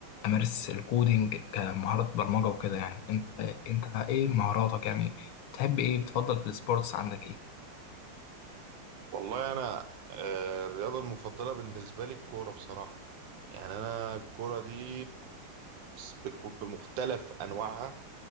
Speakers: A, on the left; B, on the right.
A: امارس الكودينج كمهاره برمجه وكده يعني انت انت ايه مهاراتك يعني تحب ايه بتفضل في السبورتس عندك ايه
B: والله انا آه، الرياضه المفضله بالنسبه لي الكوره بصراحه يعني انا الكوره دي بس- بك- بمختلف انواعها